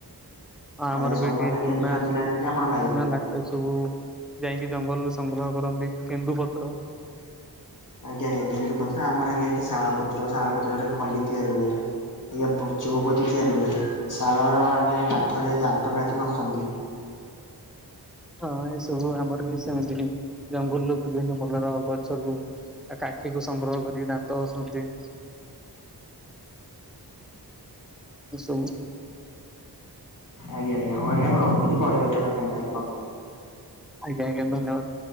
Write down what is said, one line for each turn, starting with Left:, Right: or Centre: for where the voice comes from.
Centre: ହଁ ଆମର
Left: ଆଜ୍ଞା ସବୁ
Centre: ବି ଏଠି
Left: ଆଜ୍ଞା
Centre: ଜୁମୁଣା
Left: କେନ୍ଦୁଝର ଜିଲ୍ଲାରେ ହିଁ ଆପଣ ପାଇବେ।
Centre: ସମୁରା ଲାଖ୍ ଏ ସବୁ ଯାଇଁକି ଜଙ୍ଗଲରୁୁ ସଂଗ୍ରହ କରନ୍ତି କେନ୍ଦୁ ପତ୍ର।
Left: ଆଜ୍ଞା ଆଜ୍ଞା କେନ୍ଦୁପତ୍ର ଆମର ଆଜ୍ଞା ଏଠି ଶାଳପତ୍ର ଶାଳପତ୍ରରେ ଖଲି ତିଆରି ହୁଏ। ଆଜ୍ଞା ପ ଚଉପତି ତିଆରି ହୁଏ ଶାଳର ଆଜ୍ଞା କାଠରେ ଦାନ୍ତକାଠି ଘସନ୍ତି।
Centre: ହଁ ଏସବୁ ଆମର ବି ସେମିତି ହିଁ ଜଙ୍ଗଲରୁୁ ବିଭିନ୍ନ ପ୍ରକାର ଗଛରୁୁ ଆ କାଠିକୁୁ ସଂଗ୍ରହ କରିକି ଦାନ୍ତ ଘସନ୍ତି। ଏସବୁ
Left: ଆଜ୍ଞା ଆଞା ହଉ ଆଜ୍ଞା ମୁଁ ରଖୁଛି ପରେ କେତେବେଳେ ଫାଙ୍କା ହେଲେ କଲ୍
Centre: ଆଜ୍ଞା ଆଜ୍ଞା ଧନ୍ୟବାଦ।